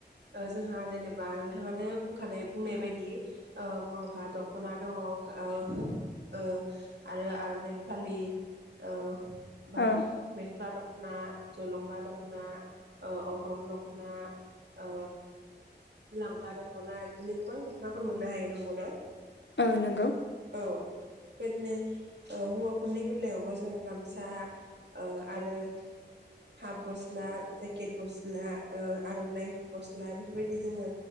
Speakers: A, on the right; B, on the left.
A: ओ जोंहा जेनेबा नोंथाङानो बुंखानाय बुंनाय बायदि ओ बर'हा दख'ना दङ गा ओ ओ आरो आर'नाइ फालि ओ ओमफाय
B: औ
A: मेख्ला दख' ना, जलंगा दखना, ओ अग्रं दखना, ओ लांगा दख'ना, बिदिनो गोबां दखनाफोर मोननो हायो नंगौना?
B: ओ नोंगौ।
A: औ । बेदिनो ओ हौवाफो फोरनि बेलायावबो जोङो गामसा ओ आरो हाफ गस्ला, जेकेट गस्ला, ओ आर'नाइ फ गस्ला बेफोरबायदि जोङो